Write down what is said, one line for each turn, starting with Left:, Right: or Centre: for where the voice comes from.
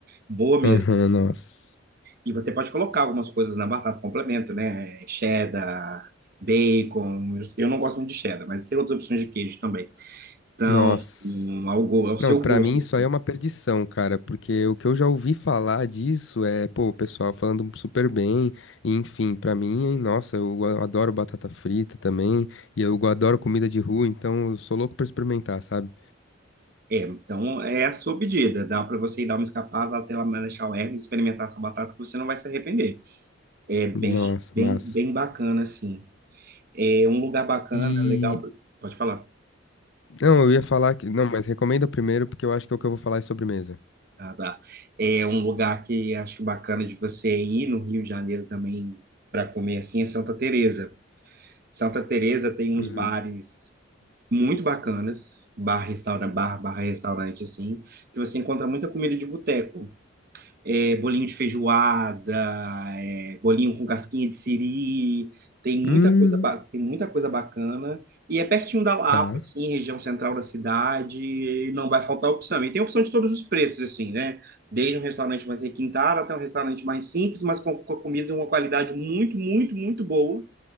Right: Boa mesmo.
Left: aham, nossa.
Right: E você pode colocar algumas coisas na batata, complemento, né? Cheddar, bacon. Eu não gosto muito de cheddar, mas tem outras opções de queijo também. Então,
Left: Nossa.
Right: hum, ao, go- ao seu
Left: Não, pra
Right: gosto,
Left: mim isso
Right: assim.
Left: aí é uma perdição, cara, porque o que eu já ouvi falar disso é, pô, o pessoal falando super bem, e enfim, pra mim, hein, nossa, eu a- adoro batata frita também, e eu adoro comida de rua, então eu sou louco pra experimentar, sabe?
Right: É, então é a sua pedida. Dá para você ir dar uma escapada até lá Marechal Hermes, experimentar essa batata que você não vai se arrepender. É bem,
Left: Nossa,
Right: bem,
Left: massa.
Right: bem bacana, assim. É um lugar bacana,
Left: E
Right: legal. pra- Pode falar.
Left: Não, eu ia falar que. Não, mas recomenda primeiro, porque eu acho que é o que eu vou falar é sobremesa.
Right: Ah, tá. É um lugar que acho que bacana de você ir no Rio de Janeiro também para comer assim é Santa Teresa. Santa Teresa tem
Left: Hum.
Right: uns bares muito bacanas, bar, restaurante, bar, barra restaurante assim, que você encontra muita comida de boteco. é, bolinho de feijoada, é, bolinho com casquinha de siri, tem muita
Left: Hum,
Right: coisa, ba- tem muita coisa bacana. E é pertinho da Lapa,
Left: tá.
Right: assim, região central da cidade, e não vai faltar opção. E tem opção de todos os preços, assim, né? Desde um restaurante mais requintado até um restaurante mais simples, mas com, com a comida de uma qualidade muito, muito, muito boa.